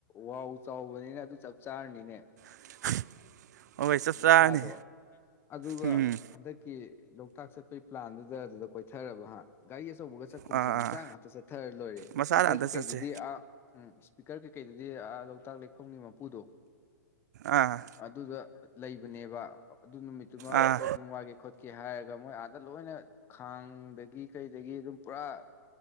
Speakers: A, on the left; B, on the right.
A: ꯋꯥꯎ ꯆꯥꯎꯕꯅꯤꯅ ꯑꯗꯨ ꯆꯞ ꯆꯥꯔꯅꯤꯅꯦ
B: <inaudible>
A: ꯅꯁꯥꯗꯣ
B: ꯆꯥꯔꯅꯤ
A: ꯑꯗꯨꯒ
B: ꯎꯝ
A: ꯍꯟꯗꯛꯀꯤ ꯂꯣꯛꯇꯥꯛ ꯆꯠꯄꯒꯤ ꯄ꯭ꯂꯥꯟꯗꯨꯗ ꯑꯗꯨꯗ ꯀꯣꯏꯊꯔꯕ ꯍꯥ ꯒꯥꯔꯤ ꯑꯆꯧꯕꯒ ꯆꯥꯛꯀꯨꯝꯁꯦ
B: ꯑꯥ
A: ꯃꯆꯥ
B: ꯑꯥ
A: ꯉꯥꯛꯇ ꯆꯠꯊꯔ ꯂꯣꯏꯔꯦ
B: ꯃꯆꯥꯗ
A: ꯏꯁꯄꯤꯀꯔ
B: ꯑꯝꯇ
A: ꯀꯩꯀꯩꯗꯨꯗꯤ
B: ꯆꯠꯁꯦ
A: ꯑ ꯎ ꯏꯁꯄꯤꯀꯔ ꯀꯩꯀꯩꯗꯨꯗꯤꯥ ꯂꯣꯛꯇꯥꯛ ꯂꯦꯛꯐꯝꯒꯤ ꯃꯄꯨꯗꯣ
B: ꯑꯥ
A: ꯑꯗꯨꯗ ꯂꯩꯕꯅꯦꯕ ꯑꯗꯨ ꯅꯨꯃꯤꯠꯇꯨꯃꯥ ꯑꯩꯈꯣꯏ
B: ꯑꯥ
A: ꯑꯗꯨꯝ ꯋꯥꯒꯦ ꯈꯣꯠꯀꯦ ꯍꯥꯏꯔꯒ ꯃꯣꯏ ꯑꯥꯗ ꯂꯣꯏꯅ ꯈꯥꯡꯗꯒꯤ ꯀꯩꯗꯒꯤ ꯑꯗꯨꯝ ꯄꯨꯔꯥ